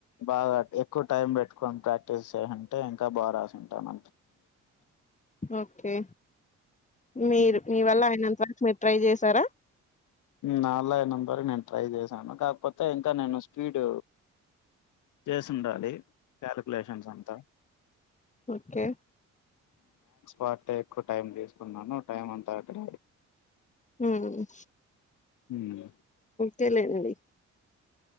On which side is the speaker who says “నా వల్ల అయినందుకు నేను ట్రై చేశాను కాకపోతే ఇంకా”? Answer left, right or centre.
Left